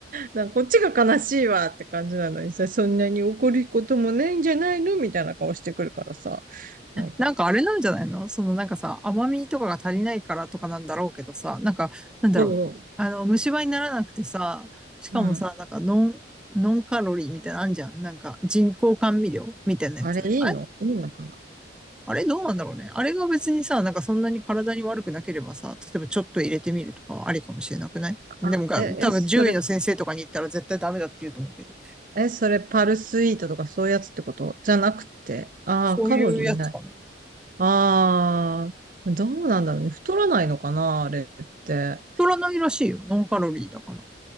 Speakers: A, on the right (about 45°); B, in the centre.
A: なんかこっちが悲しいわって感じなのにさ、そんなに怒ることもないんじゃないのみたいな顔してくるからさ。なんか、
B: なんかあれなんじゃないのそのなんかさ、甘みとかが足りないからとかなんだろうけどさ、なんか、なんだろう。
A: そ
B: あの、虫歯にならなくてさ、しかもさ、
A: う。うん。
B: なんかノン、ノンカロリーみたいなのあんじゃん。なんか人工甘味料みたいなやつ。
A: あれいいのいいのかな
B: あれ、あれどうなんだろうね。あれが別にさ、なんかそんなに体に悪くなければさ、例えばちょっと入れてみるとかはありかもしれなくないでもが、
A: あ、え、
B: 多分獣医の先生とかに行ったら絶対ダメだって言うと思うけど。
A: え、それ、え、それパルスイートとかそういうやつってことじゃなくて。ああ、
B: そういうやつかな。
A: カロリーない。ああ、どうなんだろうね。太らないのかなあれって。
B: 太らないらしいよ。ノンカロリーだから。